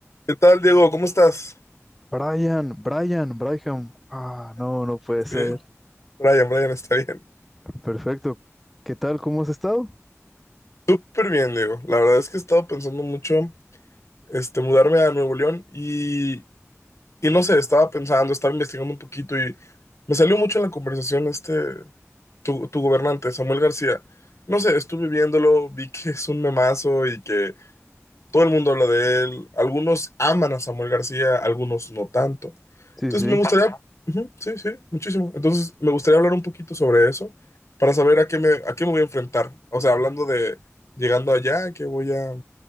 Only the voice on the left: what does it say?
¿Qué tal, Diego? ¿Cómo estás?
Eh, Brian, Brian está bien.
Súper bien, Diego. La verdad es que he estado pensando mucho, este, mudarme a Nuevo León y, y no sé, estaba pensando, estaba investigando un poquito y me salió mucho en la conversación este, tu, tu gobernante, Samuel García. No sé, estuve viéndolo, vi que es un memazo y que Todo el mundo habla de él. Algunos aman a Samuel García, algunos no tanto.
Entonces
me gustaría, ujú, sí, sí, muchísimo. Entonces me gustaría hablar un poquito sobre eso para saber a qué me, a qué me voy a enfrentar. O sea, hablando de llegando allá, que voy a...